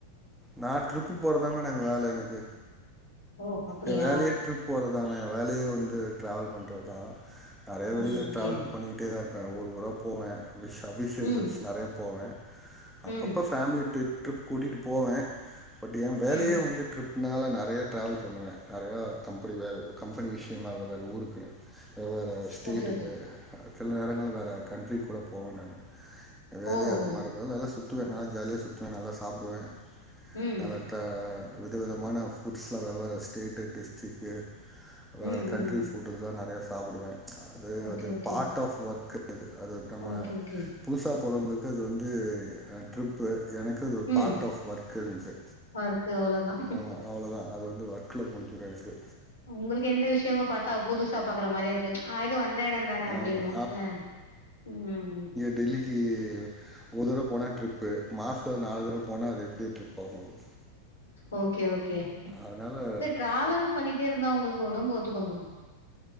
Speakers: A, in the centre; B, on the left.
A: நா ட்ரிப்பு போறர்தா மேடம் எங் வேல எனக்கு
B: ஓ அப்படியா
A: என் வேலயே ட்ரிப் போறதான என் வேலயே வந்து ட்ராவல் பண்றத்தா நெறய
B: ஓகே
A: வெளில
B: ஓகே
A: ட்ராவல் பண்ணிக்கிட்டே தா இருப்பே ஊரு ஊரா போவே அவிஷ் அஃபிஷியல்
B: ம்
A: ட்ரிப்ஸ் நறைய போவே அப்பப்போ
B: ம்
A: ஃபேம்லி ட்ரிப் ட்ரிப் கூட்டிட்டு போவே பட் என் வேலயே
B: ம்
A: வந்து ட்ரிப்னால நெறயா ட்ராவல் பண்ணுவே நெறயா கம்பெனி வேற கம்பனி விஷ்யமா அக வேற ஊருக்குல வெவ்வேற ஸ்டேட்டுக்கு
B: ஓகே ஓகே
A: சில நேரங்கள் வேற கண்ட்ரிக்கு கூட போவே நானு எ வேலயே
B: ஓ
A: அது
B: ஓ
A: மாதிரி தா நல்லா சுத்துவே நா ஜாலியா சுத்துவே நல்லா சாப்டுவே
B: ம்
A: நல்லா தா விதவிதமான ஃபுட்ஸ்லா வெவ்வேற ஸ்டேட்டு டிஸ்ட்ரிக்கு வேற
B: ம்
A: கண்ட்ரி
B: ம்
A: ஃபுட்டுல்லா நெறயா சாப்புடுவே அது
B: ஓகே
A: அது
B: ஓகே
A: பார்ட் ஆஃப் ஒர்க்கு இது அது நம்ம
B: ஓகே ஓகே
A: புதுசா போறவங்ளுக்கு அது வந்து அ ட்ரிப்பு எனக்கு அது ஒரு
B: ம்
A: பார்ட் ஆஃப் ஒர்க்கு எனக்கு
B: ஒர்க்கு அவ்ளோதா
A: ஆமா அவ்ளோதா அது வந்து ஒர்க்ல முடிஞ்சிரு எனக்கு
B: உங்ளுக்கு எந்த விஷ்யமு பாத்தா புதுசா பாக்குற மாரியேருக்காது ஆ இது வந்த எடம் தான அப்டின்னு
A: ஆமாம்
B: இல்ல ம்
A: டெல்லிக்கி ஒர் தடவ போனா ட்ரிப்பு மாஸ்த்ல நாலு தடவ போனா அது எப்டி ட்ரிப் ஆகும் அது
B: ஓக்கே ஓக்கே
A: அதனால்
B: சார் ட்ராவல் பண்ணிட்டேருந்தா உங்ளுக்கு ஒடம்பு ஒத்துக்குமா